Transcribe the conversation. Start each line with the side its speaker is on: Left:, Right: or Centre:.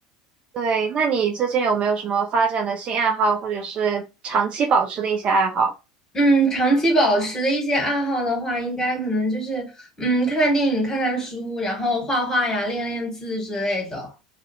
Right: 对，那你最近有没有什么发展的新爱好，或者是长期保持的一些爱好
Left: 嗯，长期保持的一些爱好的话，应该可能就是嗯，看看电影、看看书，然后画画呀、练练字之类的。